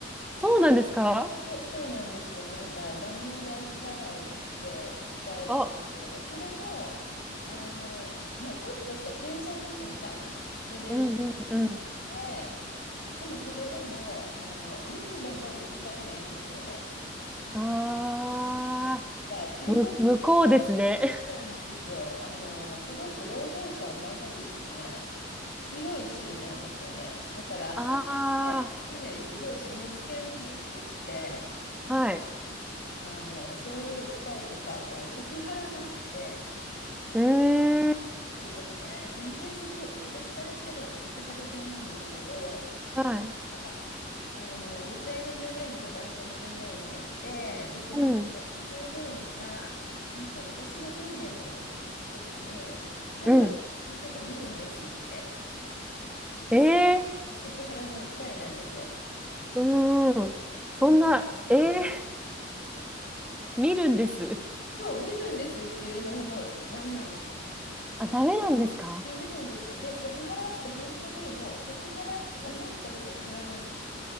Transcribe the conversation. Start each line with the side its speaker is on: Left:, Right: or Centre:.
Centre: そうなんですか
Left: そう、そうなんですよ。なんか残業代不払いで訴えられて、
Centre: あ、
Left: まあ、それもあの、まあ、ちょっとした計算ミスみたいなレベル
Centre: うんうんうん。
Left: で、でもそれでもあのミスでも許されないんですよね。
Centre: ああ。
Left: がカリフォルニア
Centre: む、向こうですね。<laughs>
Left: 州なんですよ。あの、すごく労働者を守る意識が強い州なんですよね。だから会社に対してかなりすごい締め付けが厳しくって。
Centre: ああ、はい。
Left: あの、そういう訴えとか、あとセクハラもあって、
Centre: うーん、
Left: って言ってもね、全然セク、私からしたらセクハラじゃないんですけど、
Centre: はい。
Left: なんかあの、女性の従業員と男性の従業員がいて、で、その女性の従業員が、
Centre: うん、
Left: なんか私がトイレに立つときに、彼が私のこと見るんですって。
Centre: うん。
Left: で、
Centre: ええ
Left: それがセクハラの訴えなんですよ。
Centre: ーうーん。そんな、
Left: あの、
Centre: ええー見るんです。
Left: 今日見るんですっていうのがもうダメなんですよ。
Centre: あ、ダメなんですか
Left: ダメなんですね。で、セクハラって本当にもうセクハラって思ったらセクハラなんです。